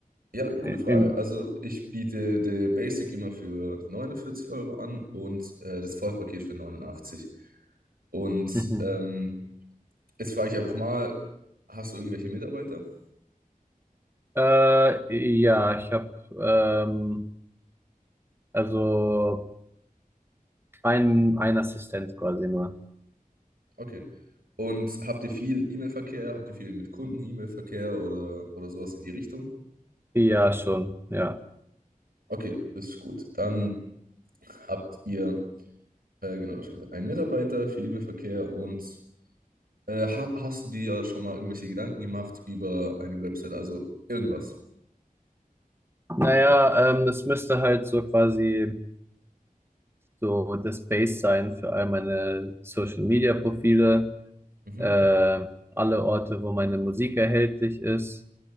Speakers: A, on the right (about 80°); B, on the right (about 15°).
A: Ja, gute
B: in,
A: Frage.
B: in
A: Also ich biete der Basic immer für 49 Euro an und äh, das Vollpaket für 89. Und
B: mhm.
A: ähm, jetzt frage ich einfach mal, hast du irgendwelche Mitarbeiter?
B: Äh, ja, ich habe ähm, also ein, ein Assistent quasi nur.
A: Okay. Und habt ihr viel E-Mail-Verkehr? Habt ihr viel mit Kunden E-Mail-Verkehr oder, oder sowas in die Richtung?
B: Ja, schon, ja.
A: Okay, das ist gut. Dann habt ihr, äh, genau, das gesagt, einen Mitarbeiter, viel E-Mail-Verkehr und äh, ha hast du dir ja schon mal irgendwelche Gedanken gemacht über eine Website, also irgendwas?
B: Naja, ähm, es müsste halt so quasi so das Base sein für all meine Social Media Profile,
A: Mhm.
B: äh, alle Orte, wo meine Musik erhältlich ist.